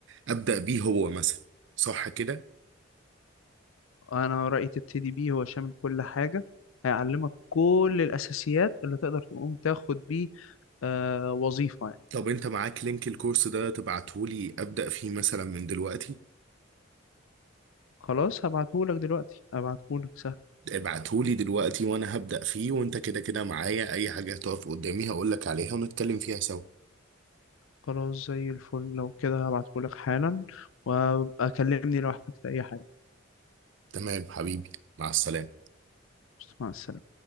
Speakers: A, on the right; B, on the left.
A: أبدأ بيه هو مثلا صح كده
B: أنا رأيي تبتدي بيه هو شامل كل حاجة هيعلمك كل الأساسيات اللي تقدر تقوم تاخد بيه آه، وظيفة يعني
A: طب انت معاك لينك الكورس ده تبعتهولي أبدأ فيه مثلا من دلوقتي
B: خلاص هبعتهولك دلوقتي هبعتهولك سهل
A: ابعتهولي دلوقتي وانا هبدأ فيه وانت كده كده معايا اي حاجة هتقف قدامي هقولك عليها ونتكلم فيها سوا
B: خلاص زي الفل لو كده هبعتهولك حالا وأكلمني لو احتجت أي حاجة
A: تمام حبيبي مع السلامة
B: مع السلامة